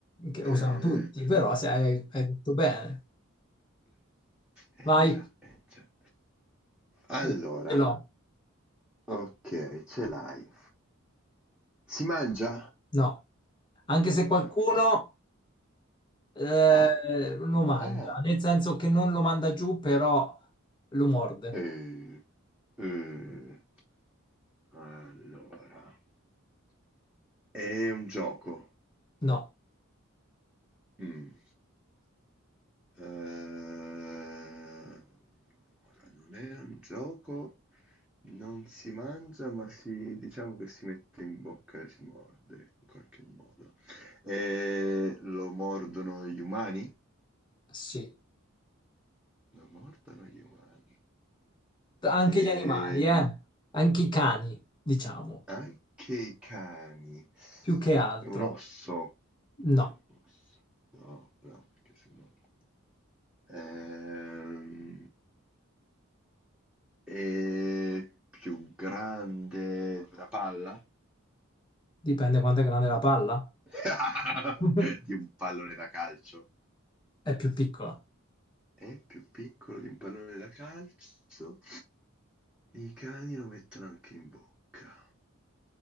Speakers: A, on the left (about 20°); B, in the centre.
A: che lo
B: eh.
A: usano tutti, però se hai, hai detto bene.
B: Eh
A: Vai.
B: già, eh già. Allora,
A: Sì, ce l'ho,
B: ok, ce l'hai. Si mangia?
A: no. Anche se qualcuno
B: No, sta.
A: eh,
B: Ah,
A: lo mangia,
B: ah.
A: nel senso che non lo manda giù, però lo morde.
B: Eh, eh. Allora, è un gioco.
A: No,
B: Mm. Eh, allora, non è un gioco, non si mangia, ma si, diciamo che si mette in bocca e si morde in qualche modo. Eh, lo mordono gli umani?
A: sì.
B: Lo mordono gli umani.
A: Anche
B: Eh,
A: gli animali, eh? Anche i cani, diciamo,
B: Anche i cani.
A: più che altro.
B: È un osso.
A: No,
B: Eh, osso. No, no, perché sennò... Ehm, è più grande di una palla?
A: dipende quanto è grande la palla.
B: <laughs>
A: <laughs>
B: Di un pallone da calcio.
A: È più piccola.
B: È più piccolo di un pallone da calcio. I cani lo mettono anche in bocca.